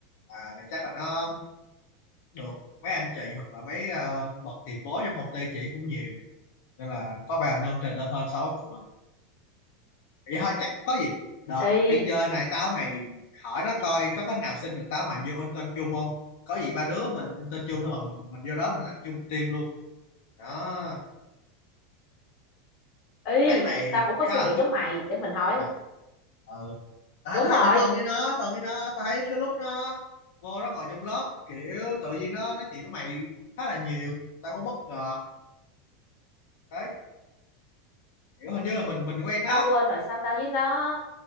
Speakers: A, on the left (about 70°); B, on the left (about 45°).
A: à, thì chắc là nó được mấy anh chị hoặc là mấy ờ, bậc tiền bối trong công ty chị cũng nhiều nên là có vẻ là nâng trình lên hơn so với tụi mình vậy thôi chắc có gì đợt
B: y
A: đi chơi này tao mày hỏi nó coi có cách nào xin được tao mày vô intern chung không có gì ba đứa mình intern chung nhưng mà mình mình vô đó mình làm chung team luôn đó
B: y
A: thấy mày
B: tao cũng có
A: khá
B: suy
A: là
B: nghĩ giống
A: thân
B: mày để mình hỏi
A: à, ờ. à,
B: đúng
A: thấy
B: rồi
A: mày thân với nó thân với nó tao thấy tới lúc nó vô nó ngồi trong lớp kiểu tự nhiên nó nói chuyện với mày khá là nhiều tao cũng bất ngờ đấy kiểu hình như là mình mình quen nó
B: tao quên rồi sao tao với nó